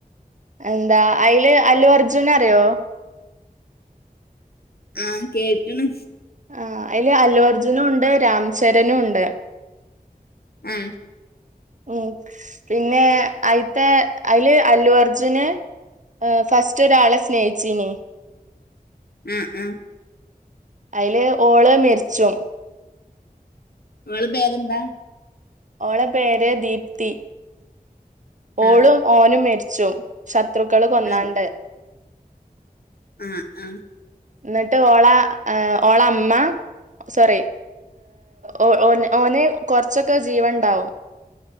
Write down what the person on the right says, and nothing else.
എന്താ അയില് അല്ലു അർജുനെ അറിയോ
ആഹ് അയില് അല്ലു അർജുനും ഉണ്ട് രാംചരനും ഉണ്ട്
ഉം പിന്നെ അയിത്തെ അയില് അല്ലു അർജുന് ഫസ്റ്റ് ഒരാളെ സ്നേഹിച്ചീനി
അയില് ഓള് മെരിച്ചോം
ഓളെ പേര് ദീപ്തി ഓളും
ഓനും മെരിച്ചോം ശത്രുക്കള് കൊന്നാണ്ട്
എന്നിട്ട് ഓള ഓള അമ്മ സോറി ഓ ഓനെ കൊറച്ചൊക്കെ ജീവൻ ഉണ്ടാവും